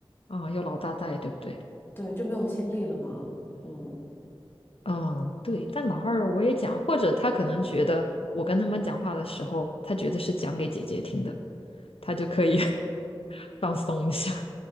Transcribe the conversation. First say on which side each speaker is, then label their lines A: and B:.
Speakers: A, on the left; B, on the left.
A: 啊，有老大在，对不对？
B: 对，就没有精力了嘛。嗯，
A: 嗯，对。但老二我也讲，或者他可能觉得我跟他们讲话的时候，他觉得是讲给姐姐听的，他就可以 <laughs> 放松一下。